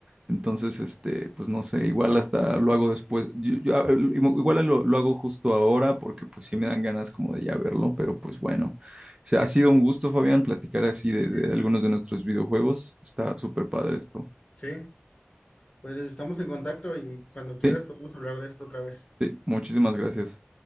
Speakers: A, on the right; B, on the left.
A: Entonces, este, pues no sé, igual hasta lo hago después. Yo- yo, ah, el- igual lo, lo hago justo ahora porque pues sí me dan ganas como de ya verlo, pero pues bueno. O sea, ha sido un gusto, Fabián, platicar así de, de
B: Sí, claro.
A: algunos de nuestros videojuegos. Está súper padre esto.
B: Sí, pues estamos en contacto y cuando quieras
A: Sí,
B: podemos hablar de esto otra vez.
A: sí, muchísimas gracias.